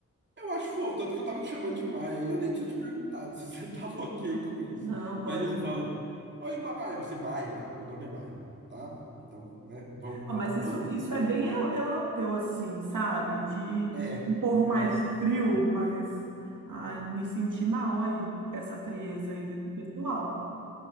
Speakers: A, on the right (about 35°); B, on the right (about 80°).
A: Eu acho fofo, tanto que eu tava te chamando de Maia e eu nem tinha te perguntado se você <laughs> tava ok
B: Não,
A: com isso.
B: não, pode.
A: Mas isso eu falo, Oi, Maia, você Maila, meu nome é Maila, tá? Então, né, vamos,
B: Ah,
A: vamos,
B: mas isso,
A: vamos,
B: isso
A: vamos.
B: é bem eu- europeu, assim, sabe? De
A: É,
B: um povo
A: é.
B: mais frio, mas. Ai, me senti mal aí, com essa frieza aí desse pessoal.